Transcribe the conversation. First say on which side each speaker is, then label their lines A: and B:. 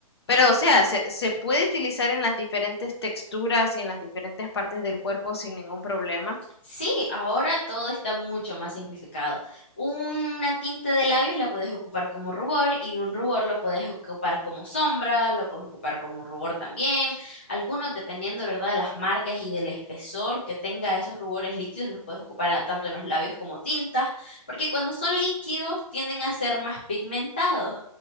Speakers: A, on the left; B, on the left.
A: Pero, o sea, se, se puede utilizar en las diferentes texturas y en las diferentes partes del cuerpo sin ningún problema.
B: Sí, ahora todo está mucho más simplificado. Una tinta de labios la puedes ocupar como rubor y un rubor lo puedes ocupar como sombra, lo puedes ocupar como rubor también. Algunos, dependiendo, ¿verdad?, de las marcas y del espesor que tenga esos rubores líquidos, los puedes ocupar a- tanto en los labios como tintas, porque cuando son líquidos tienden a ser más pigmentados.